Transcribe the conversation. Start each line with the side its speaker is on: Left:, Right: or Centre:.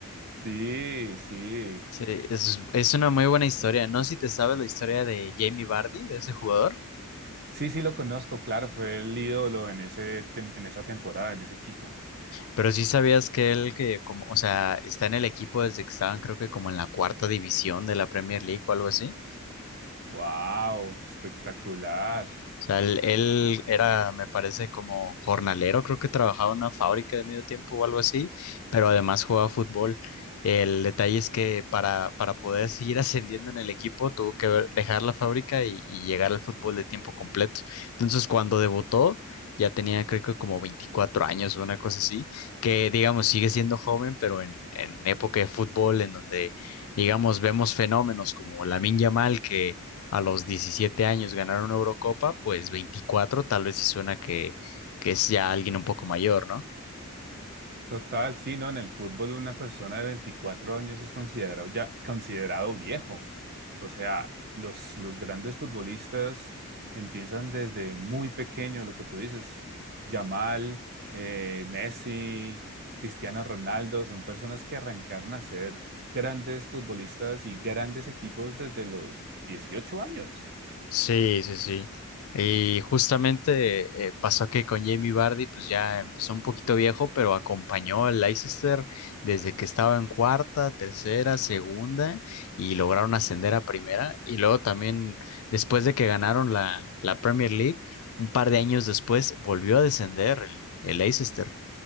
Right: Sí, sí.
Left: Sí, es, es una muy buena historia. No sé si te sabes la historia de Jamie Vardy, de ese jugador.
Right: Sí, sí lo conozco, claro, fue el ídolo en ese, tem- en esa temporada, en ese equipo.
Left: Pero sí sabías que él que como, o sea, está en el equipo desde que estaban, creo que como en la cuarta división de la Premier League o algo así.
Right: ¡Wow! Espectacular.
Left: O sea, él, él era, me parece, como jornalero, creo que trabajaba en una fábrica de medio tiempo o algo así, pero además jugaba fútbol. El detalle es que para, para poder seguir <laughs> ascendiendo en el equipo tuvo que ver- dejar la fábrica y, y llegar al fútbol de tiempo completo. Entonces, cuando debutó, ya tenía creo que como 24 años o una cosa así, que digamos sigue siendo joven, pero en, en época de fútbol, en donde digamos vemos fenómenos como Lamine Yamal, que a los 17 años ganar una Eurocopa, pues 24 tal vez sí suena que, que es ya alguien un poco mayor, ¿no?
Right: Total, sí, ¿no? En el fútbol una persona de 24 años es considerado ya considerado viejo. O sea, los, los grandes futbolistas empiezan desde muy pequeño, lo que tú dices, Yamal, eh, Messi, Cristiano Ronaldo, son personas que arrancaron a ser grandes futbolistas y grandes equipos desde los 18 años.
Left: Sí, sí, sí. Y justamente eh, pasó que con Jamie Vardy, pues ya empezó un poquito viejo, pero acompañó al Leicester desde que estaba en cuarta, tercera, segunda y lograron ascender a primera. Y luego también, después de que ganaron la, la Premier League, un par de años después volvió a descender el, el Leicester.